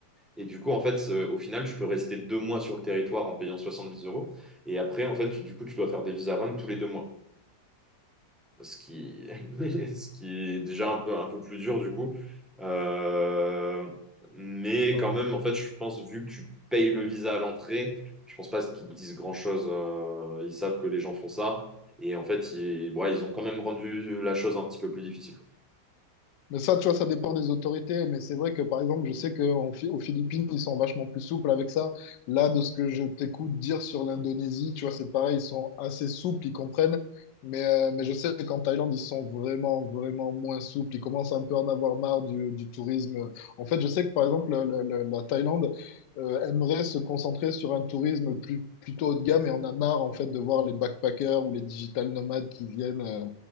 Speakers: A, in the centre; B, on the left (about 70°).
A: Et du coup, en fait, euh, au final, je peux rester deux mois sur le territoire en payant 70 euros. Et après, en fait, tu- du coup, tu dois faire des visa run tous les deux mois ce qui, <laughs> ce qui est déjà un peu, un peu plus dur du coup. Euh, mais
B: ouais.
A: quand même, en fait, je pense, vu que tu payes le visa à l'entrée, je pense pas qu'ils te disent grand-chose. euh, ils savent que les gens font ça. Et en fait, ils, bon, ils ont quand même rendu la chose un petit peu plus difficile.
B: Mais ça, tu vois, ça dépend des autorités. Mais c'est vrai que, par exemple, je sais qu'aux Philippines, ils sont vachement plus souples avec ça. Là, de ce que je t'écoute dire sur l'Indonésie, tu vois, c'est pareil, ils sont assez souples, ils comprennent. Mais, euh, mais je sais qu'en Thaïlande, ils sont vraiment, vraiment moins souples. Ils commencent un peu à en avoir marre du, du tourisme. En fait, je sais que, par exemple, le- le- le- la Thaïlande, euh, aimerait se concentrer sur un tourisme plus, plutôt haut de gamme et en a marre, en fait, de voir les backpackers ou les digital nomades qui viennent. euh,